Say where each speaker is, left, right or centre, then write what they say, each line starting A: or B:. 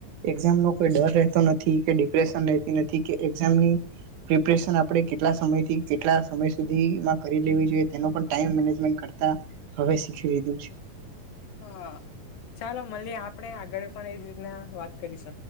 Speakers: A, on the right; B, on the left.
A: એક્ઝામનો કોઈ ડર રહેતો નથી કે ડિપ્રેશન રહેતી નથી કે એક્ઝામની પ્રિપરેેશન આપણે કેટલા સમયથી કેટલા સમય સુ સુધી માં કરી લેવી જોઈએ તેનો પણ કરતા હવે સીખી લીધું છે.
B: હા, ચાલો મલીએ આપણેે આગળ પણ એજ રી વાત કરીશ